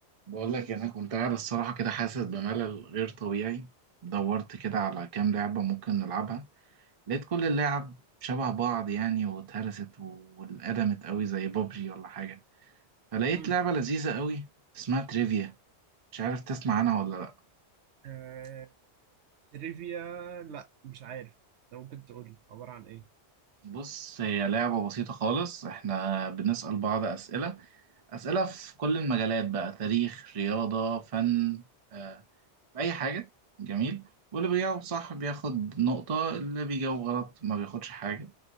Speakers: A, on the right; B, on the right.
A: بقول لك انا كنت قاعد الصراحه كده حاسس بملل غير طبيعي دورت كده على كام لعبه ممكن نلعبها لقيت كل اللعب شبه بعض يعني واتهرست و- واتقدمت قوي زي بابجي ولا حاجه فلقيت
B: امم
A: لعبه لذيذه قوي اسمها تريفيا مش عارف تسمع عنها ولا لا
B: آه... تريفيا لا مش عارف لو ممكن تقول لي عبارة عن ايه
A: بص هي لعبه بسيطه خالص احنا بنسال بعض اسئله اسئله في كل المجالات بقى تاريخ رياضه فن آه، بأي حاجة جميل واللي بيجاوب صح بياخد نقطة اللي بيجاوب غلط ما بياخدش حاجة